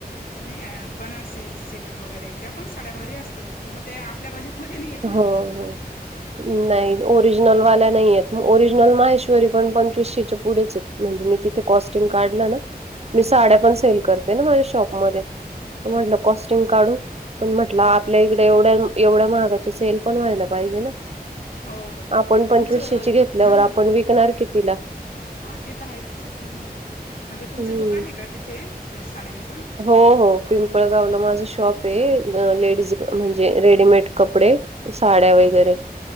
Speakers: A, on the left; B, on the right.
A: नाही बनारसी सिल्क वगैरे त्या पण साड्या भारी असतात पण म ते आपल्या बजेटमध्ये नाही हे
B: हो हो नाही ओरिजिनल वाल्या नाही आहेत ओरिजनल माहेश्वरी पण पंचवीसशेच्या पुढेच आहेत म्हणजे मी तिथ ते कॉस्टिंग
A: हा
B: काढलं ना मी साड्या
A: हा हा
B: पण सेल करते ना माझ्या शॉपमध्ये म्हटलं
A: हो हो हो
B: कॉस्टिंग काढून पण म्हटलं आपल्या इकडे एवढ्या एवढ्या महागा सेल पण व्हायला पाहिजे ना
A: हो
B: आपण पंचवीसशेची
A: तुमचं
B: घेतल्यावर
A: हा
B: आपण विकणार कितीला
A: हा ते तर आहेच ह म्हणजे
B: हम्म
A: तुमचं दुकान आहे का तिथे साड्यांचं
B: हो हो पिंपळगावला माझं शॉप आहे लेडीज म्हणजे रेडीमेड कपडे साड्या वगैरे
A: ह